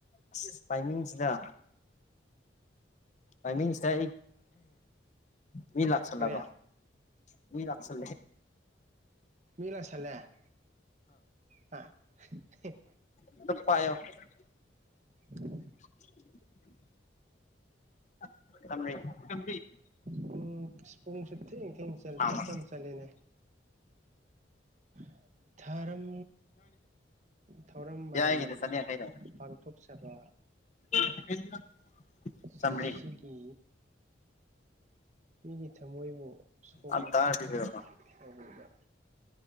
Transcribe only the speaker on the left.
ꯑ ꯇꯥꯏꯃꯤꯡꯁꯤꯗ ꯇꯥꯏ ꯃꯤꯡ ꯁꯤ ꯃꯤ ꯂꯥꯛꯁꯂꯒ
ꯂꯁ
<unintelligible>
<inaudible> <unintelligible>
ꯊꯥ
ꯑꯃ
ꯌꯥꯏꯒꯤꯗ ꯆꯅꯤ ꯌꯥꯡꯈꯩ ꯂꯩ
<unintelligible>
ꯆꯥꯝꯃꯔꯤ
ꯑ ꯇꯥꯔ ꯄꯤꯕꯤꯔꯝꯃꯣ